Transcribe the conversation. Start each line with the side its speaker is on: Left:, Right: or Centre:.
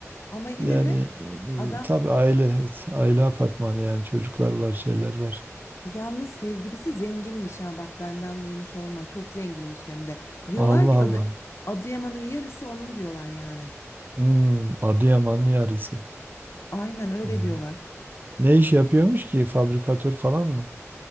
Left: ama yine
Right: Yani
Left: de adam
Right: e, tabii aile evet aile apartmanı yani çocuklar var şeyler var.
Left: yalnız sevgilisi zenginmiş ha bak benden duymuş olma. Çok zenginmiş hem de. Diyorlar
Right: Allah
Left: ki
Right: Allah.
Left: Adı, Adıyaman'ın yarısı onun diyorlar yani.
Right: Hmm, Adıyaman'ın yarısı.
Left: Aynen öyle
Right: Ya.
Left: diyorlar.
Right: Ne iş yapıyormuş ki fabrikatör falan mı?